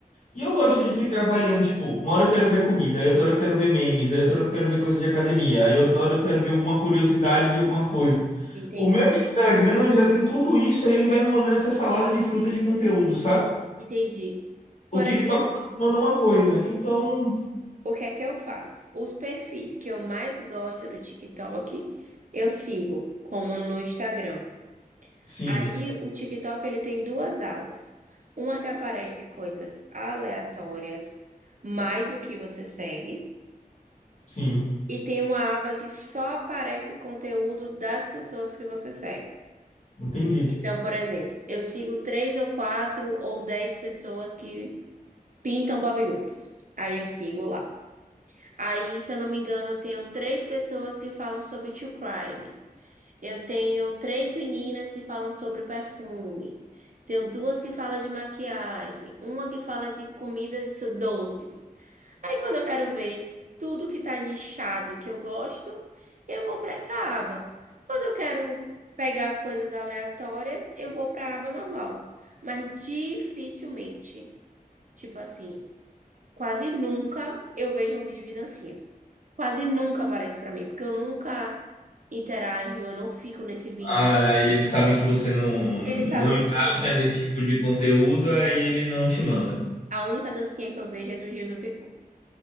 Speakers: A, on the left; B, on the right.
A: E eu gosto de ficar variando, tipo, uma hora eu quero ver comida, aí outra hora eu quero ver memes, aí outra hora eu quero ver coisa de academia, aí outra hora eu quero ver alguma curiosidade de alguma coisa.
B: Entendi,
A: O meu Instagram já tem tudo isso, aí ele vai me mandando essa salada de frutas de conteúdo, sabe?
B: entendi. Por
A: O TikTok
B: exemplo,
A: mandou uma coisa. Então,
B: o que é que eu faço? Os perfis que eu mais gosto do TikTok, eu sigo, como no Instagram.
A: sim,
B: Aí o TikTok ele tem duas abas. Uma que aparece coisas aleatórias, mais o que você segue,
A: sim,
B: e tem uma aba que só aparece conteúdo das pessoas que você segue.
A: entendi.
B: Então, por exemplo, eu sigo três ou quatro ou dez pessoas que pintam bodybuilds. Aí eu sigo lá. Aí, se eu não me engano, eu tenho três pessoas que falam sobre true crime. Eu tenho três meninas que falam sobre perfume. Tenho duas que falam de maquiagem, uma que fala de comidas e su- doces. Aí quando eu quero ver tudo que tá nichado que eu gosto, eu vou para essa aba. Quando eu quero pegar coisas aleatórias, eu vou para a aba normal. Mas dificilmente, tipo assim, quase nunca eu vejo um vídeo de dancinha. Quase nunca aparece para mim, porque eu nunca interajo, eu não fico nesse vídeo.
A: Ah, e eles sabem que você não, não
B: Ele sabe que
A: engaja
B: eu não gosto.
A: nesse tipo de conteúdo, aí ele não te manda.
B: A única dancinha que eu vejo é do Gil do Vigor.